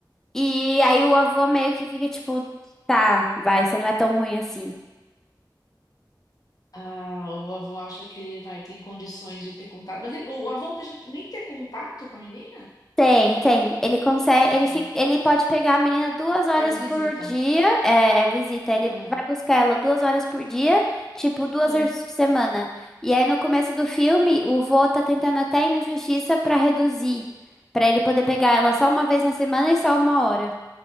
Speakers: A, in the centre; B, on the left (about 50°).
A: e aí o avô meio que fica tipo, tá, vai, você não é tão ruim assim.
B: Ah, o avô acha que ele vai ter condições de ter contato. Mas ele- o avô não deixa nem ter contato com a menina?
A: Tem, tem. Ele consegue,
B: Ah,
A: ele fica, ele pode pegar a menina duas horas
B: faz visita.
A: por dia, é, é visita. Ele
B: É,
A: vai buscar ela duas horas por dia, tipo duas
B: é.
A: horas por semana. E aí no começo do filme, o vô tá tentando até ir na justiça pra reduzir, Pra ele poder pegar ela só uma vez na semana e só uma hora.